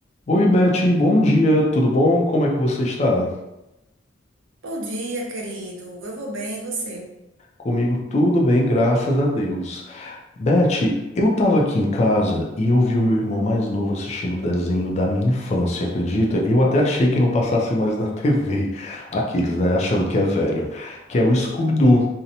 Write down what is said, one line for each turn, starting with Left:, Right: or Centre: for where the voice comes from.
Left: Oi, Beth, bom dia, tudo bom? Como é que você está?
Right: Bom dia, querido. Eu vou bem, e você?
Left: Comigo tudo bem, graças a Deus. Beth, eu estava aqui em casa e eu vi o meu irmão mais novo assistindo o desenho da minha infância, acredita? Eu até achei que não passasse mais na TV, aqueles, né, achando que é velho, que é o Scooby-Doo.